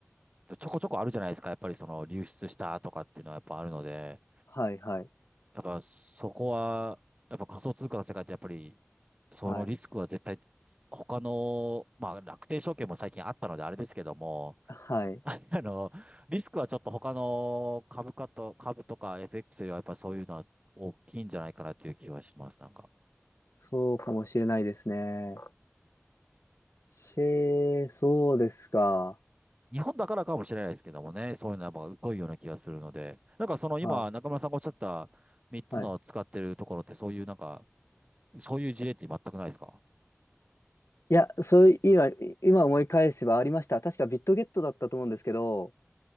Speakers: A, on the right; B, on the left.
A: い。ちょこちょこあるじゃないですか、やっぱりその流出したとかっていうのはやっぱあるので、
B: はい、はい、
A: やっぱそこは、やっぱ仮想通貨の世界ってやっぱり、そのリスクは絶対、
B: はい、
A: 他の、まあ、楽天証券も最近あったのであれですけども、
B: はい。
A: <laughs> あの、リスクはちょっと他の株価と、株とか FX よりはやっぱそういうのは大きいんじゃないかなという気はします、なんか。
B: そうかもしれないですね。シェー、そうですか。
A: 日本だからかもしれないですけどもね、そういうのはやっぱ濃いような気がするので、なんかその今、
B: はい。
A: 中村さんがおっしゃった3つの使ってるところって、
B: はい。
A: そういうなんか、そういう事例って全くないですか
B: いや、そういう、今、今思い返せばありました。確かビットゲットだったと思うんですけど、